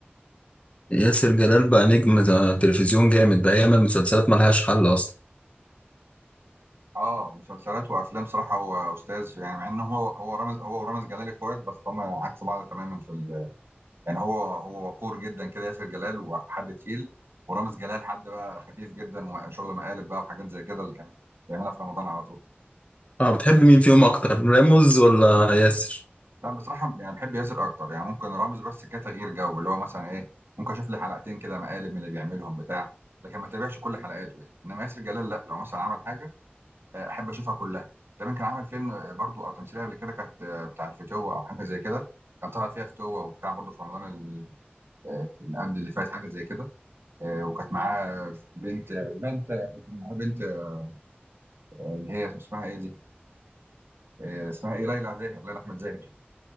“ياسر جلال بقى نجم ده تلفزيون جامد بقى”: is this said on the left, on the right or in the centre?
Left